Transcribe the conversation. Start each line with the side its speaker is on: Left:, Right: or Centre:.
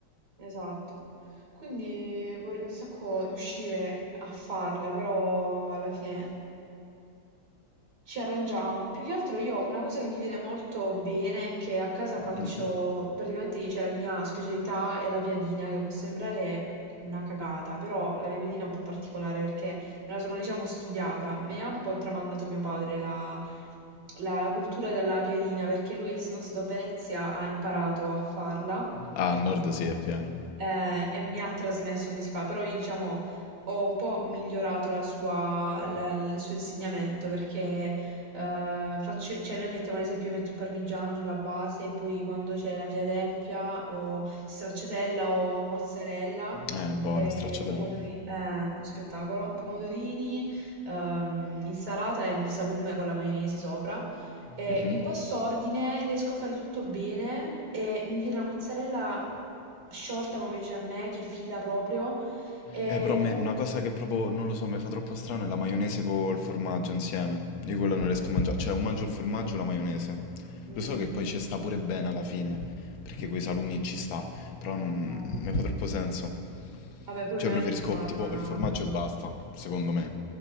Right: esatto. Quindi vorrei un sacco riuscire a farla, però alla fine. Ci arrangiamo. Più che altro io ho una cosa che mi viene molto bene, che a casa faccio,
Left: Mhm.
Right: praticamente c'è la mia specialità è la piadina, che può sembrare una cagata, però la mia piadina è un po' particolare perché me la sono, diciamo, studiata. Me ha un po' tramandato mio padre la, la- la cultura della piadina, perché lui, essendo stato a Venezia, ha imparato a farla
Left: Ah, al nord sì, è pieno.
Right: eh, e mi ha trasmesso come si fa, però io diciamo ho un po' migliorato la sua- la- il suo insegnamento perché eh, faccio, cioè noi mettiamo ad esempio, io metto il parmigiano sulla base e poi quando c'è la Philadelphia o stracciatella o mozzarella.
Left: Eh, buona,
Right: eh,
Left: stracciatella.
Right: pomodori- eh, uno spettacolo, pomodorini, ehm, insalata e un salume con la maionese sopra. E
Left: Mhm.
Right: in quest'ordine riesco a fare tutto bene e mi viene la mozzarella sciolta come piace a me, che fila proprio. E
Left: Eh, però
Right: i
Left: a me
Right: pan-
Left: una cosa che proprio, non lo so, mi fa troppo strano è la maionese col formaggio insieme. Io quella non riesco a mangiare. Cioè, o mangio il formaggio o la maionese.
Right: Mm,
Left: Lo so che poi ci sta pure bene alla fine, perché coi salumi ci sta, però non
Right: no.
Left: mi fa troppo senso.
Right: Vabbè, poi
Left: Cioè,
Right: ovviamente
Left: preferisco
Right: ognuno la
Left: tipo
Right: fa...
Left: il formaggio e basta, secondo me.